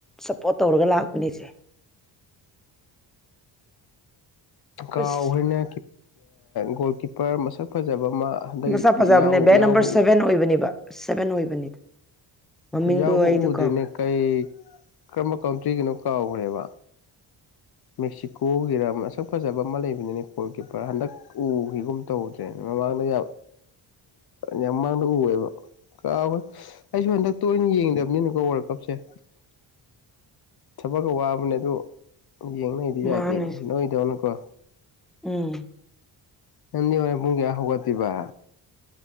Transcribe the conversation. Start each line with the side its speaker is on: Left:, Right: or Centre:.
Centre: ꯁꯞꯄꯣꯔꯠ ꯇꯧꯔꯒ ꯂꯥꯛꯄꯅꯤꯁꯦ
Left: ꯀ
Centre: ꯑꯁ
Left: ꯑꯣꯏꯍꯅꯦ ꯒꯣꯜ ꯀꯤꯞꯄꯔ ꯃꯁꯛ ꯐꯖꯕ ꯑꯃ ꯍꯟꯗꯛ
Centre: ꯁꯥ
Left: ꯌꯥꯎꯕ
Centre: ꯐꯖꯕꯅꯦ ꯕ ꯅꯝꯕꯔ ꯁꯚꯦꯟ ꯑꯣꯏꯕꯅꯦꯕ ꯁꯚꯦꯟ ꯑꯣꯏꯕꯅꯤꯗ ꯃꯃꯤꯡꯗꯨ
Left: ꯑꯗꯨꯗꯤ ꯌꯥꯎꯕ
Centre: ꯑꯩꯗꯨ
Left: ꯎꯗ꯭ꯔꯤꯅꯦ
Centre: ꯀꯥꯎꯈ꯭ꯔꯦ
Left: ꯀꯩ ꯀꯔꯝꯕ ꯀꯥꯎꯟꯇ꯭ꯔꯤꯒꯤꯅꯣ ꯀꯥꯎꯈ꯭ꯔꯦꯕ ꯃꯦꯛꯁꯤꯀꯣꯒꯤꯔꯝ ꯃꯁꯛ ꯐꯖꯕ ꯑꯃ ꯂꯩꯕꯅꯤꯅ ꯒꯣꯜ ꯀꯤꯞꯄꯔ ꯍꯟꯗꯛ ꯎꯈꯤꯒꯨꯝ ꯇꯧꯗ꯭ꯔꯦ ꯃꯃꯥꯡꯗ ꯌꯥꯝ ꯌꯥꯝ ꯃꯃꯥꯡꯗ ꯎꯌꯦꯦꯕ ꯍꯣꯏ ꯑꯩꯁꯨ ꯍꯟꯗꯛꯇ ꯑꯣꯏꯅ ꯌꯦꯡꯗꯕꯅꯤꯅꯀꯣ ꯋꯥꯔꯜ ꯀꯞꯁꯦ ꯊꯕꯛꯀ ꯋꯥꯕꯅꯦ ꯑꯗꯨ ꯌꯦꯡꯅꯩꯗꯤ ꯌꯥꯗꯦꯕ
Centre: ꯃꯥꯅꯦ
Left: ꯅꯣꯏꯗꯧꯅꯀꯣ
Centre: ꯎꯝ
Left: ꯄꯨꯡꯒꯤ ꯌꯥ ꯍꯒ ꯇꯤꯕ